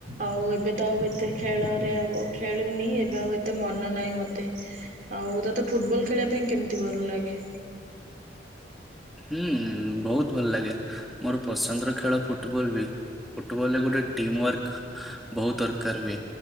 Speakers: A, on the right; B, in the centre.
A: ଆଉ ଏବେ ତ ଆଉ ଏତେ ଖେଳରେ ଆଉ ଖେଳୁନି ଏବେ ଆଉ ଏତେ ମନ ନାହିଁ ମୋତେ। ଆଉ ତତେ ଫୁଟବଲ ଖେଳିବା ପାଇଁ କେମିତି ଭଲ ଲାଗେ।
B: ହୁଁ ବହୁତ ଭଲ ଲାଗେ ମୋର ପସନ୍ଦର ଖେଳ ଫୁଟବଲ ବି। ଫୁଟବଲ ରେ ଗୋଟେ ଟିମ ୱାର୍କ ବହୁତ ଦରକାର ହୁଏ